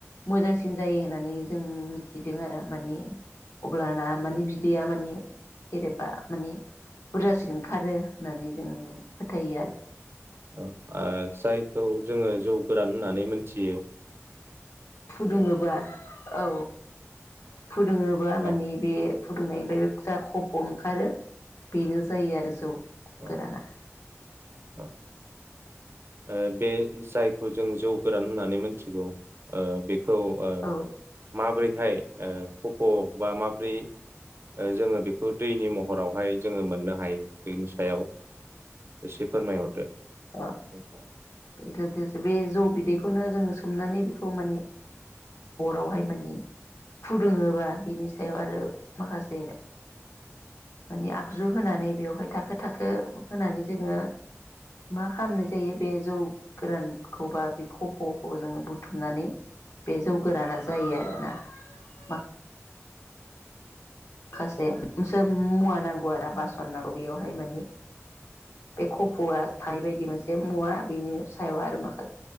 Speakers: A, on the left (about 80°); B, on the right (about 55°).
A: मोजांसिन जायो होननानै जों मिथिदों आरो माने अब्लाना माने बिदैया माने सेरेबा माने बुरजासिन ओंखारो होननानै जों फोथायो आरो।
B: औ ओ जायखौ जोङो जौ गोरान होननानै मोनथियो
A: फुदुंङोबा औ फुदुंङोबा
B: औ
A: माने बे फुदुंनायनिफाय बे जा खफ' ओंखारो बेनो जायो आरो जौ
B: औ
A: गोराना।
B: औ ओ बे जायखौ जों जौ गोरान होननानै मोनथिगौ ओ बे खौ ओ
A: औ
B: मा बोरैहाय ओ खफ' बा माब्रै ओ जोङो बेखौ दैनि महरावहाय जोङो मोननो हायो बेनि सायाव एसे फोरमायहरदो।
A: अ
B: नोंथाङा।
A: बेल बे जौ बिदैखौ <inaudible> बेखौनो जोङो सोमनानै बेखौ माने अरावहाय माने फुदुङोबा बिनि सायाव आरो माखासे माने आगजु होनानै बेवहाय थाखो थाखो होनानै जोङो मा खालामनाय जायो बे जौ गोरानखौ बा बे खफ'खौ जोङो बुथुमनानै बे जौ गोराना जायो आरोना मा खासे सो मुवा नांगौ आरो बासन नांगौ बेयावहाय माने बे खफ'आ थानाय बायदि मोनसे मुवा बेनि सायाव आरो माखासे